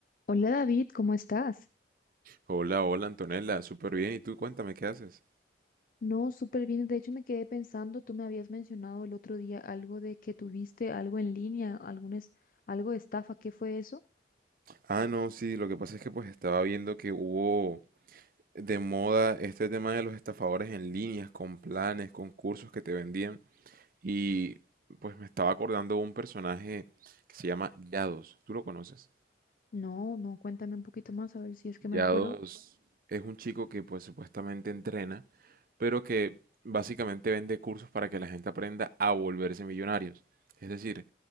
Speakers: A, on the left; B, on the right.
A: Hola David, ¿cómo estás?
B: Hola, hola Antonella, súper bien. ¿Y tú cuéntame qué haces?
A: No, súper bien. De hecho, me quedé pensando, tú me habías mencionado el otro día algo de que tuviste algo en línea, algún es- algo de estafa. ¿Qué fue eso?
B: Ah, no, sí, lo que pasa es que pues estaba viendo que hubo de moda este tema de los estafadores en líneas, con planes, con cursos que te vendían. Y pues me estaba acordando de un personaje que se llama Yados. ¿Tú lo conoces?
A: No, no, cuéntame un poquito más a ver si es que me
B: Yados
A: acuerdo.
B: es un chico que pues supuestamente entrena, pero que básicamente vende cursos para que la gente aprenda a volverse millonarios. Es decir,